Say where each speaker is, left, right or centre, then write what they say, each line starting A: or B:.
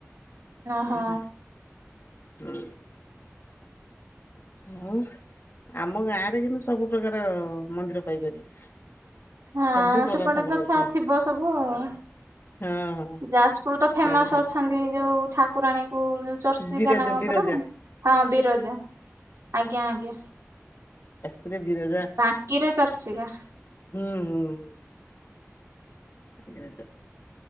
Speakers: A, on the right; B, on the left.
A: ହଁ।
B: ହେଲା ହୁଁ। ଆଉ ଆମ ଗାଁରେ କିନ୍ତୁ ସବୁ ପ୍ରକାର ମନ୍ଦିର ପାଇପାରିବେ।
A: ହଁ
B: ସବୁ ପ୍ରକାର
A: ସେପଟେ
B: ଠାକୁର
A: ତ
B: ଅଛନ୍ତି
A: ଥା ଥିବ ସବୁ ଆଉ।
B: ହଁ ହଁ
A: ଯାଜପୁର ତ ଫେମସ
B: ସବୁ ଠାକୁର
A: ଅଛନ୍ତି ଯୋଉ ଠାକୁରାଣୀ କୁ ଉ ଚର୍ଚ୍ଚିକା
B: ବିରଜା
A: ନା
B: ବିରଜା
A: ପରା ହଁ ବିରଜା ଆଜ୍ଞା ଆଜ୍ଞା।
B: ପୁରା ବିରଜା
A: ବାଙ୍କିରେ ଚର୍ଚିକା।
B: ହୁଁ ହୁଁ ହଁ। ୍ <unintelligible>